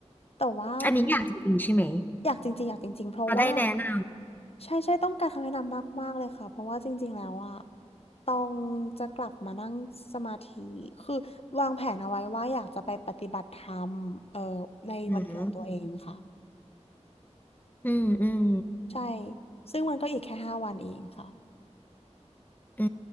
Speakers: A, on the left (about 60°); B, on the left (about 15°).
A: แต่ว่า
B: อันนี้อยากจริงๆใช่ไหม
A: อยากจริงๆอยากจริงๆเพราะว่า
B: เราได้แนะน
A: ใช่ใช่ต้องการคำแนะนำมากๆเลยค่ะเพราะว่าจริงๆแล้วอ่ะต้องจะกลับมานั่งสมาธิคือวางแผนเอาไว้ว่าอยากจะไปปฏิบัติธรรมเอ่อในวันเกิดตัวเองค่ะ
B: ำ อืม อืม อืม
A: ใช่ซึ่งมันก็อีกแค่ห้าวันเองค่ะ
B: อื